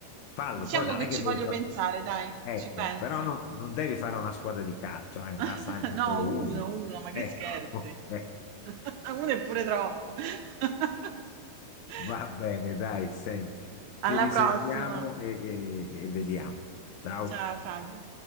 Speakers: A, on the left (about 85°); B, on the right (about 80°).
A: fallo.
B: Diciamo
A: Poi non
B: che
A: è
B: ci
A: che devi
B: voglio
A: fare.
B: pensare, dai,
A: Ecco,
B: ci penso.
A: però no, non devi fare una squadra di calcio, eh,
B: <laughs>
A: basta anche
B: No,
A: solo
B: uno,
A: uno.
B: uno, ma
A: Ecco,
B: che scherzi.
A: <laughs> ok.
B: <laughs> Uno è pure troppo. <laughs>
A: Va bene, dai, senti,
B: Alla
A: ci risentiamo
B: prossima.
A: e e- e vediamo. Ciao.
B: Ciao Fabio.